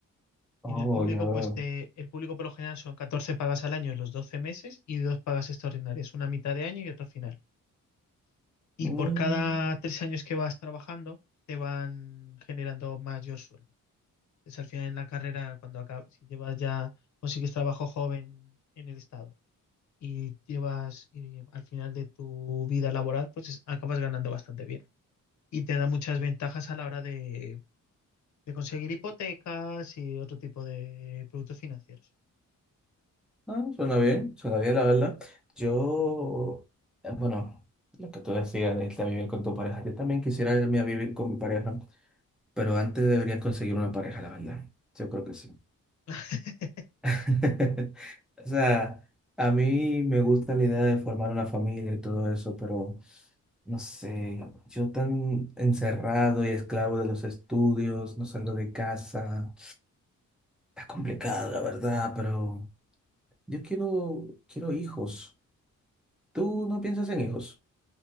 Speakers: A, in the centre; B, on the left.
A: Oh,
B: Y en el público,
A: ya
B: pues
A: veo.
B: te, el público por lo general son 14 pagas al año en los 12 meses y dos pagas extraordinarias, una a mitad de año y otra a final. y
A: Mm,
B: por cada tres años que vas trabajando, te van generando mayor sueldo. Es al final en la carrera, cuando acabes, si llevas ya, consigues trabajo joven en el estado y llevas, y al final de tu vida laboral, pues es- acabas ganando bastante bien. Y te da muchas ventajas a la hora de, de conseguir hipotecas y otro tipo de productos financieros.
A: ah, suena bien, suena bien, la verdad. Yo, eh, bueno, lo que tú decías de irte a vivir con tu pareja, yo también quisiera irme a vivir con mi pareja, pero antes deberías conseguir una pareja, la verdad. Yo creo que sí.
B: <laughs>
A: <laughs> O sea, a mí me gusta la idea de formar una familia y todo eso, pero no sé, yo tan encerrado y esclavo de los estudios, no salgo de casa. Está complicado, la verdad, pero yo quiero, quiero hijos. ¿Tú no piensas en hijos?